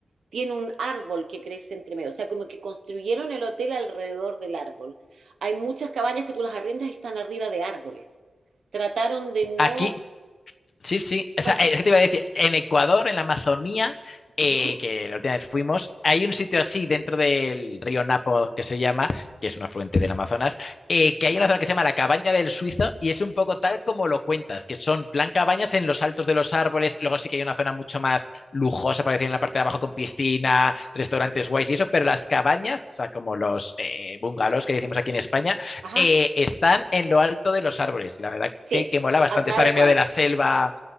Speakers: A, on the right; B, on the left.
A: tiene un árbol que crece entre medio, o sea, como que construyeron el hotel alrededor del árbol. Hay muchas cabañas que tú las arriendas y están arriba de árboles. Trataron de no...
B: Aquí Sí, sí. O
A: Cuenta.
B: sea, eh, es que te iba a decir, en Ecuador, en la Amazonía, eh,
A: Ujú,
B: que la última vez fuimos, hay un sitio así dentro del río Napo que se llama, que es un afluente del Amazonas, eh, que hay una zona que se llama la Cabaña del Suizo y es un poco tal como lo cuentas, que son plan cabañas en los altos de los árboles, luego sí que hay una zona mucho más lujosa, para decir, en la parte de abajo con piscina, restaurantes guays y eso, pero las cabañas, o sea, como los eh, bungalows que decimos aquí en España,
A: Ajá.
B: eh, están en lo alto de los árboles y la verdad
A: Sí,
B: que, que mola bastante
A: acá
B: estar
A: igual.
B: en medio de la selva